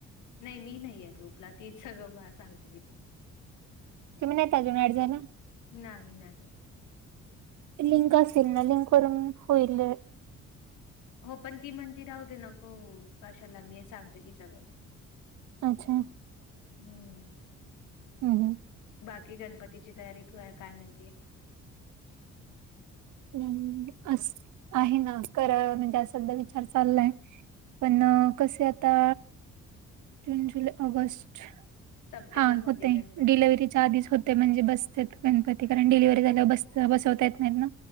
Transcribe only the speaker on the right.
तुम्ही नाहीत अजून आड झाला
लिंक असेल ना लिंक वून होईलड
अच्छा
हम् हम्
हम् अस आहे ना ख म्हणजे असधा विचार चाललाय पण कसे आता जून, जुलै, ऑगस्ट
हा
होते.
डिलेवरीत त्या आधीच होते. म्हणजे बसत्यात गणपती. कारण डिलिव्हरी झाल्यावर बस बसवता येत नाहीत ना.